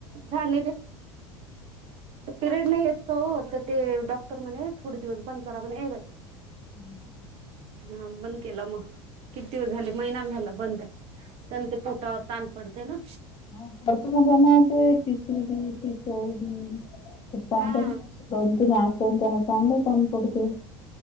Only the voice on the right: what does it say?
झाले ते, पिरियड नाही येत का ओ, ते डॉक्ट क्टर तर म्हणे, थोडे दिवस बंद करा ये बाई.
ह बंद केला मग किती वेळ झाले महिना झाला बंद त्या ते पोटावर त पडते ना.
हा